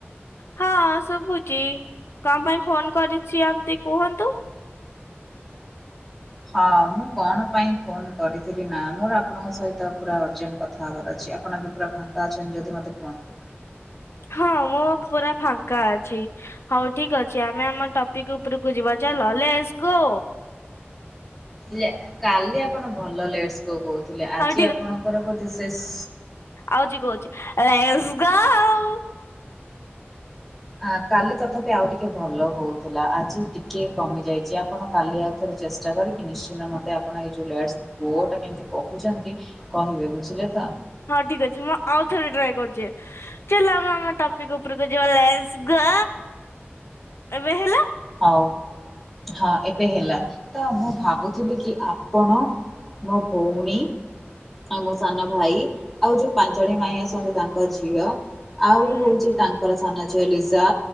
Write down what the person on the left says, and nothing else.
ହଁ, ଶୁଭୁଚି। କଣ ପାଇଁ ଫୋନ୍ କରିଛିଅନ୍ତି, ଏମିତି କୁହନ୍ତୁ?
ହଁ, ମୁଁ ପୁରା ଫାଙ୍କା ଅଛି। ହଉ ଠିକ୍ ଅଛି। ଆମେ ଆମ ଟପିକ୍ ଉପରକୁ ଯିବା, ଚାଲ! Let's go!
ହଉ
ଆଉଛି କହୁଚି, ଲେୟଶ୍ ଗୌ!
ହଁ ଠିକ ଅଛି ମୁଁ ଆଉ ଥରେ ଟ୍ରାଏ କରୂଛି। ଚାଲ ଆମେ ଆମ ଟପିକ ଉପରକୁ ଯିବା ଲେଟ୍ସ ଗୋ ଏବେ ହେଲା
ହୁଁ